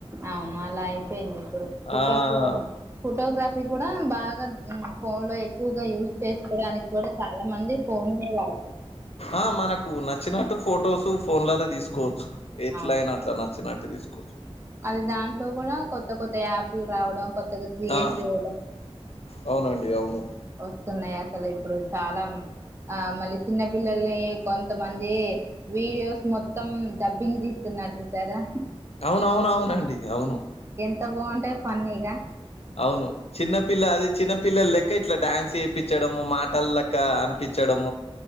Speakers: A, on the right; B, on the left.
A: అవును అలా అయిపోయింది ఇప్పుడు ఫోటోస్
B: ఆహ్,
A: ఫోటోగ్రఫీ కూడా బా గ ఫోన్ లో ఎక్కువగా యూస్ చేసుకోవడానికి కూడా చాలా మంది ఫోన్నే వాడుతారు
B: ఆ! మనకు నచ్చినట్టు ఫోటోసు ఫోన్లల్ల తీసుకోవచ్చు ఎట్లైనా
A: ఆ
B: అట్లా నచ్చినట్టు తీసుకోవచ్చు.
A: అది దాంట్లో కూడా కొత్త కొత్త యాప్ లు రావడం కొత్త క్రియేట్
B: ఆ
A: చేయడం
B: అవునండి అవును
A: వస్తున్నాయి అసలు ఇప్పుడు చాలా ఆ మళ్ళీ చిన్నపిిల్లల్ని కొంతమంది వీడియోస్ మొత్తం డబ్బింగ్ తీస్తున్నారు చూసారా
B: అవునవునవునండి అవును
A: ఎంత బాగుంటాయి ఫన్నీగా
B: అవును చిన్నపిల్ల అది చిన్నపిల్లలెక్క ఇట్లా డ్యాన్స్ చేపించడం మాటలలెక్క అనిపిం డం